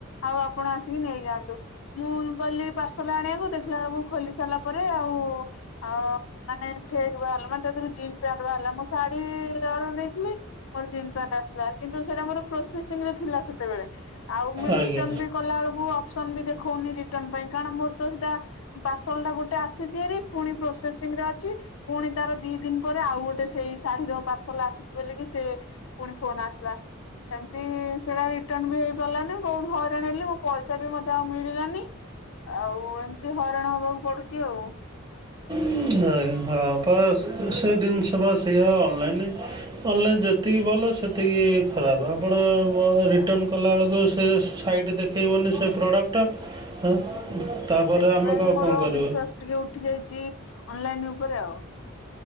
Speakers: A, on the left; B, on the right.
A: ଆଉ ଆପଣ ଆସିକି ନେଇଯାଆନ୍ତୁ ମୁଁ ଗଲି। ପାର୍ସଲ ଆଣି ଆକୁ ଦେଖିଲା ବେଳକୁ ଖୋଲି ସାରିଲା ପରେ ଆଉ ଅ ମାନେ ଫେକ୍ ବାହାରିଲା ମାନେ ତାଧିରୁ ଜିନ୍ ପ୍ୟାଣ୍ଟ ବାହାରିଲା ମୁଁ ଶାଢୀ ଅର୍ଡର ଦେଇଥିଲି ମୋର ଜିନ୍ ପ୍ୟାଣ୍ଟ ଆସ୍‌ଲା କିନ୍ତୁ ସେଡା ମୋର ପ୍ରୋସେସିଂ ରେ ଥିଲା ସେତେବେଳେ ଆଉ ମୁଁ
B: ଆଜ୍ଞା
A: ରିଟନ୍‌ ବି କଲା ଏଳକୁ ଅପସନ ବି ଦେଖଉନି ରିଟନ୍‌ ପାଇଁ କାରଣ ମୋର ତ ସେଟା ପାର୍ସଲ ଟା ଗୋଟ଼୍ ଟା ଆସିଚି ଭାରି ଫୁଣି ପ୍ରୋସେସିଂ ରେ ଅଛି ପୁଣି ତାର ଦି ଦିନ ପରେ ଆଉ ଗୋଟେ ସେଇ ଶାଢୀର ପାର୍ସଲ ଆସିଛି ବୋଲିକି ସେ ପୁଣି ଫୋନ ଆସିଲା ଏମତି ସେଡା ରିଟର୍ଣ ବି ହେଇ ପାର୍ ଲାନି ବହୁତ ହଇରାଣ ହେଲି ମୋ ପଇସା ବି ମତେ ଆଉ ମିଳିଲାନି ଆଉ ଏମ୍ ତି ହଇରାଣ ହବାକୁ ପଡୁଛି ଆଉ।
B: ହୁଁ ଆ ହ ଅପା ସେ ଦିନ୍‌ ଷ ବା ସେୟା ଅନ୍ ଲାଇନରେ। ଅନ୍‌ ଲା ଯେତିକି ଭଲ ସେତିକି ଖରାପ ଆପଣ ରିଟନ୍‌ କଲାବେେଳକୁ ସେ ସାଇଡ଼ ଦେଖ୍ କେଇବନି ସେ ପ୍ରଡ଼କ୍ଟ ଟା ହଁ ତାପରେ
A: ସେଥିପାଇଁ
B: ଆମେ ତାକ୍
A: ମୋର
B: କଣ କରିବୁ?
A: ବିଶ୍ଵାସ ଟିକେ ଉଠି ଯାଇଚି ଅନଲାଇନ ଉପରେ ଆଉ।